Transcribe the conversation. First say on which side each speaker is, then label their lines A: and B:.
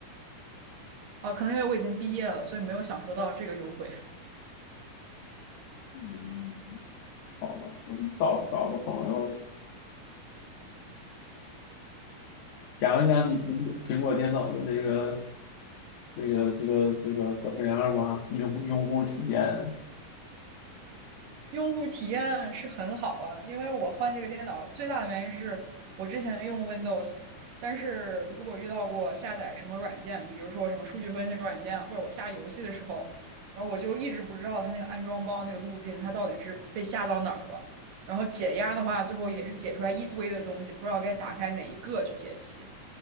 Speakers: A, on the right; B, on the left.
A: 哦，可能因为我已经毕业了，所以没有享受到这个优惠。
B: 嗯好吧，嗯找找个朋友。讲一讲你苹苹果电脑的这个这个这个这个怎么样吧？用用户体验。
A: 用户体验是很好啊，因为我换这个电脑最大的原因是我之前用 Windows，但是如果遇到过下载什么软件，比如说什么数据分析软件啊或者我下游戏的时候，然后我就一直不知道它那个安装包那个路径，它到底是被下到哪儿了。然后解压的话，最后也是解出来一堆的东西，不知道该打开哪一个去解析。